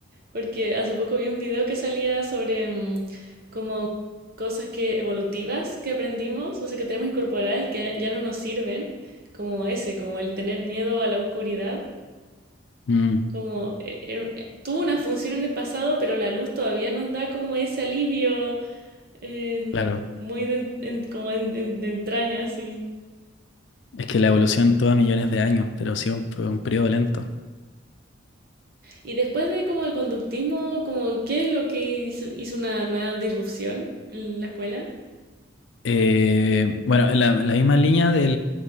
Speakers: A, on the right; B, on the left.
A: Porque hace poco vi un video que salía sobre mm, como cosas que evolutivas que aprendimos, o sea, que tenemos incorporadas y que ya no nos sirven, como ese, como el tener miedo a la oscuridad,
B: Mm,
A: como eh, era- eh, tuvo una función en el pasado, pero la luz todavía nos da como ese alivio en-
B: claro.
A: muy de, en- en- como en- en- de entraña, sí.
B: Es que la evolución toma millones de años, pero sí un, un periodo lento.
A: Y después de como el conductismo, como, ¿qué es lo que hizo, hizo una nueva disrupción en la escuela?
B: Eh, bueno, en la, en la misma línea de